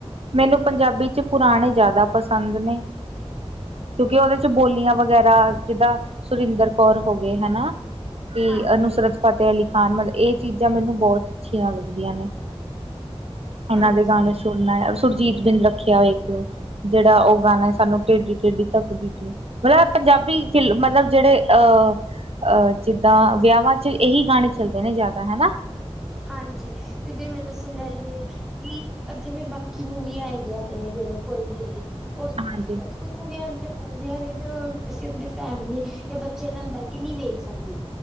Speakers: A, on the right; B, in the centre.
A: ਮੈਨੂੰ ਪੰਜਾਬੀ ਚ ਪੁਰਾਣੇ ਜ਼ਿਆਦਾ ਪਸੰਦ ਨੇ। ਕਿਉਂਕਿ ਉਹਦੇ ਚ ਬੋਲੀਆਂ ਵਗੈਰਾ, ਜਿੱਦਾਂ ਸੁਰਿੰਦਰ ਕੌਰ ਹੋ ਗਏ ਹਨਾ ਤੇ
B: ਹਾਂਜੀ,
A: ਅਨੁਸਰਤ ਫਤਿਹ ਅਲੀ ਖਾਨ ਮਤਲਬ ਇਹ ਚੀਜ਼ਾਂ ਮੈਨੂੰ ਬਹੁਤ ਅੱਛੀਆਂ ਲੱਗਦੀਆਂ ਨੇ। ਇਹਨਾਂ
B: ਹਾਂਜੀ।
A: ਦੇ ਗਾਣੇ ਸੁ ਣਨਾ, ਸੁਰਜੀਤ ਬਿੰਦ ਰੱਖਿਆ ਵੇਖ ਲੌ ਜਿਹੜਾ ਉਹ ਗਾਣਾ ਸਾਨੂੰ ਟੇਢੀ -ਟੇਡੀ ਤੱਕ ਦੀ ਤੂੰ। ਮਤਲਬ ਏ ਪੰਜਾਬੀ ਫਿਲਮ ਮਤਲਬ ਜਿਹੜੇ ਅਹ ਅਹ ਜਿੱਦਾਂ ਵਿਆਹਾਂ ਚ ਇਹੀ ਗਾਣੇ ਚੱਲਦੇ ਨੇ ਜ਼ਿਆਦਾ ਹਨਾ।
B: ਹਾਂਜੀ ਤੇ ਜਿਵੇਂ ਸੁਨੈਲੀ ਏ ਕੀ ਜਿਵੇਂ ਬਾਕੀ ਮੂਵੀਆਂ ਹੈਗੀਆਂ ਨੇ ਜਿਹੜੇ ਕੋਈ ਵੀ ਹੈਗੀ, ਉਹ ਸੁਣ
A: ਹਾਂਜੀ
B: ਲੈ ਕੁਝ ਕੁਛ ਮੂਵੀਆਂ ਏਹੋ ਜਿਹੀਆਂ ਹੁੰਦੀਆਂ ਨੇ ਜੋ, ਅਸੀਂ ਆਪਣੀ ਫੈਮਿਲੀ ਜਾਂ ਬੱਚਿਆਂ ਨਾਲ ਬਹਿ ਕੇ ਨਹੀਂ ਵੇਖ ਸਕਦੇ।